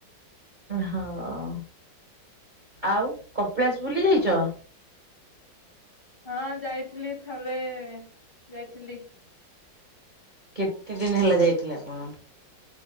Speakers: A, on the right; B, on the left.
A: ହଁ ହୋଉ ଆଉ କପିଳାସ ବୁଲି ଯାଇଚ?
B: ହଁ ଯାଇଥିଲି ଥରେ ଯାଇଥିଲି।
A: କେତେ ଦିନ ହେଲା ଯାଇଥିଲେ ଆପଣ?